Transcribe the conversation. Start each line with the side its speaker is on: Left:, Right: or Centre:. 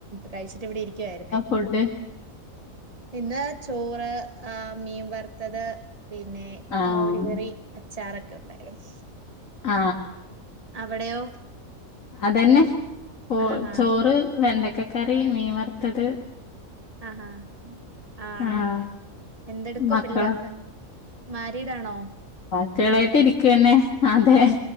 Right: കഴിച്ചിട്ടിവിടെ ഇരിക്കുവാരുന്നേ
Left: ഫുഡ്
Right: ഇന്ന് ചോ റ് ആ മീൻ വറത്തത് പിന്നെ
Left: ആഹ്
Right: മോരുകറി അച് ചാറൊക്കെ ഒണ്ടാരുന്നു
Left: ആ
Right: അവിടെയോ
Left: അതന്നെ ഓ
Right: ആഹാ
Left: ചോറ് വെണ്ട ക്ക്കറി മീ വറ്ത്തത്-
Right: ആഹാ ആണോ
Left: ആഹ്
Right: എന്തെടുക്വ
Left: മക്കളോ
Right: പിള്ളേ മാരീഡാണോ?
Left: കുട്വാളായിട്ടിരിക്കന്നെ അതെ-